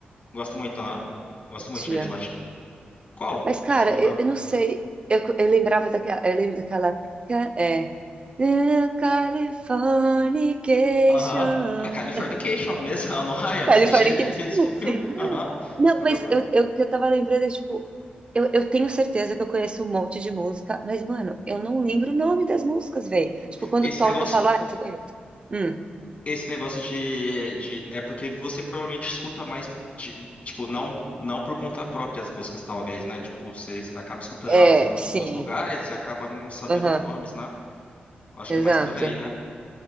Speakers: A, on the left; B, on the right.
A: gosto muito, aham, gosto muito
B: Tia.
A: de Red Hot. Qual?
B: Mas, cara,
A: Você lembrou?
B: eu, eu não sei. Eu, eu lembrava daquela. Eu lembro daquela. ca- É. Little Californication.
A: Aham. A Californication mesmo, <laughs> a Noia,
B: Californication,
A: você já, descobriu.
B: <laughs> sim.
A: Aham,
B: Não,
A: descobriu
B: mas
A: agora.
B: eu, eu, o que eu tava lembrando é tipo. Eu, eu tenho certeza que eu conheço um monte de música, mas, mano, eu não lembro o nome das músicas, velho. Tipo, quando
A: Esse
B: toca,
A: negócio,
B: eu falo, ah, você conhece. Hum,
A: esse negócio de, de. É porque você provavelmente escuta mais. de- tipo, não, não por conta própria as músicas, talvez, né? Tipo, você acaba escutando
B: é,
A: elas no-
B: sim.
A: nos lugares e acaba não sabendo
B: Aham,
A: os nomes, né? Eu Acho
B: exato.
A: que é mais por aí, né?